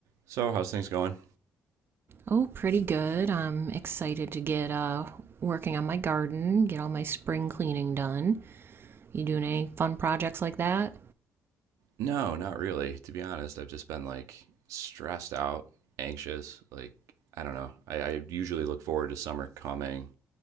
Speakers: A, on the right; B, on the right.
A: So, how's things going?
B: Oh, pretty good. I'm excited to get uh, working on my garden, get all my spring cleaning done. You doing any fun projects like that?
A: No, not really. To be honest, I've just been like stressed out, anxious. Like, I don't know. I, I usually look forward to summer coming,